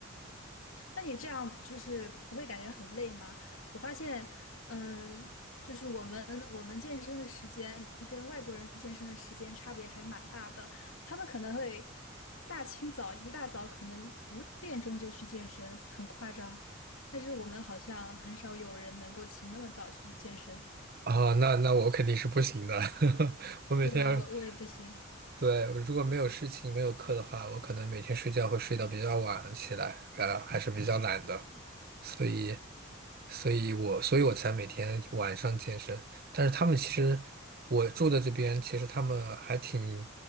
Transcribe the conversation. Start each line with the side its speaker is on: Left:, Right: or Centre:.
Left: 那你这样就是不会感觉很累吗？我发现，嗯，就是我们我们健身的时间跟外国人健身的时间差别还蛮大的。他们可能会大清早一大早可能五点钟就去健身，很夸张。但是我们好像很少有人能够起那么早去健身，
Right: 啊，那那我肯定是不行的，<laughs> 我每天要，
Left: 对吧？我我也不行。
Right: 对，如果没有事情没有课的话，我可能每天睡觉会睡到比较晚起来，呃，还是比较懒的。所以，所以我，所以我才每天晚上健身。但是他们其实，我住的这边其实他们还挺